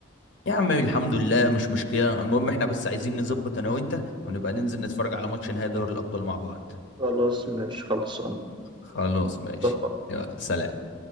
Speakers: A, on the left; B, on the right.
A: يا عم الحمد لله مش مشكلة المهم احنا بس عايزين نظبط انا وانت ونبقى ننزل نتفرج على ماتش نهائي دوري الأبطال مع بعض
B: خلاص ماشي خلصان
A: خلاص ماشي
B: ظبط
A: يلا سلام